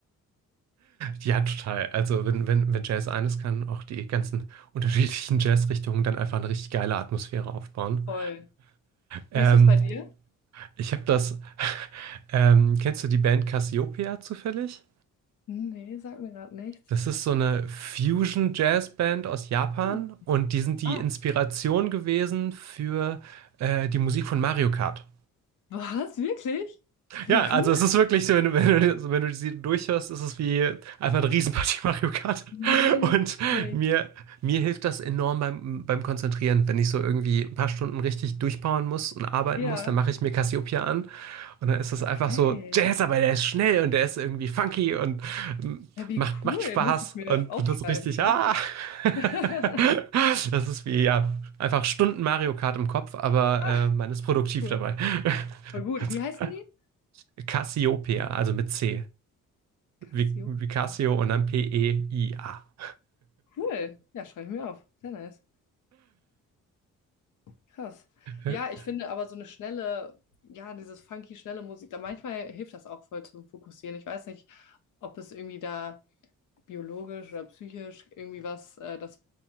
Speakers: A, on the right; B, on the left.
A: Ja, total. Also wenn, wenn, wenn Jazz eines kann, auch die ganzen unterschiedlichen Jazzrichtungen dann einfach eine richtig geile Atmosphäre aufbauen.
B: Voll.
A: Ähm,
B: Wie ist das bei dir?
A: ich habe das, ähm, kennst du die Band Cassiopeia zufällig?
B: Hm, Nee, sagt mir gerade nichts.
A: Das ist so eine Fusion-Jazz-Band aus Japan
B: Hm.
A: und die sind die
B: Ah.
A: Inspiration gewesen für äh, die Musik von Mario Kart.
B: Was? Wirklich? Wie
A: Ja, also
B: cool.
A: es ist wirklich so, wenn du, wenn du, wenn du sie durchhörst, ist es wie einfach eine Riesenpartie Mario Kart.
B: Nein,
A: Und
B: witzig.
A: mir, mir hilft das enorm beim, beim Konzentrieren. Wenn ich so irgendwie ein paar Stunden richtig durchpowern muss und arbeiten
B: Ja,
A: muss, dann mache ich mir Cassiopeia an. Und dann ist es
B: okay.
A: einfach so, der ist aber, der ist schnell und der ist irgendwie funky und ähm,
B: Ja, wie
A: macht,
B: cool.
A: macht Spaß
B: Muss ich mir
A: und
B: aufschreiben,
A: das ist richtig,
B: ja.
A: ah! <laughs>
B: <laughs>
A: Das ist wie, ja, einfach Stunden Mario Kart im Kopf, aber
B: Ach,
A: äh, man ist produktiv
B: cool.
A: dabei.
B: Voll
A: <laughs>
B: gut. Wie heißen die?
A: Cassiopeia, also mit C. Wie,
B: Cassiopeia.
A: wie Cassio und dann P-E-I-A.
B: Cool. Ja, schreibe ich mir auf. Sehr nice. Krass.
A: <laughs>
B: Ja, ich finde aber so eine schnelle, ja, dieses funky, schnelle Musik, da manchmal hilft das auch voll zum Fokussieren. Ich weiß nicht, ob es irgendwie da. biologisch oder psychisch irgendwie was äh, das